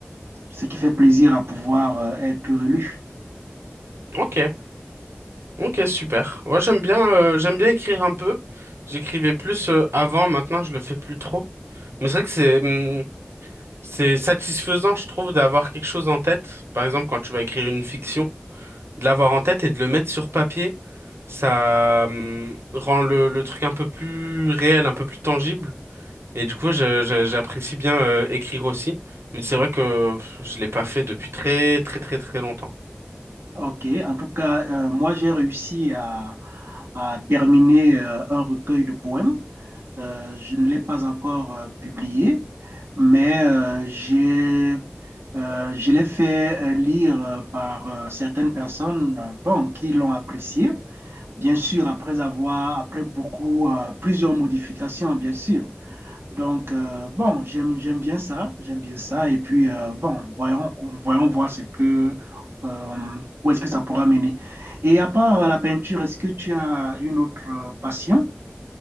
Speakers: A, on the right (about 70°); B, on the right (about 80°).
A: ce qui fait plaisir à pouvoir euh, être lu.
B: Ok, ok, super. Moi, j'aime bien, euh, j'aime bien écrire un peu. J'écrivais plus euh, avant, maintenant, je le fais plus trop. Mais c'est vrai que c'est hum, c'est satisfaisant, je trouve, d'avoir quelque chose en tête. Par exemple, quand tu vas écrire une fiction, de l'avoir en tête et de le mettre sur papier, ça hum, rend le, le truc un peu plus réel, un peu plus tangible. Et du coup, je- je- j'apprécie bien euh, écrire aussi. Mais c'est vrai que pff, je l'ai pas fait depuis très très très très longtemps.
A: Ok, en tout cas, euh, moi j'ai réussi à, à terminer euh, un recueil de poèmes. Euh, je ne l'ai pas encore euh, publié, mais euh, j'ai, euh, je l'ai fait euh, lire euh, par euh, certaines personnes euh, bon, qui l'ont apprécié. Bien sûr, après avoir, après beaucoup, euh, plusieurs modifications, bien sûr. Donc, euh, bon, j'aime, j'aime bien ça, j'aime bien ça. Et puis, euh, bon, voyons, voyons voir ce que, euh, où est-ce que ça pourra mener. Et à part euh, la peinture, est-ce que tu as une autre euh, passion?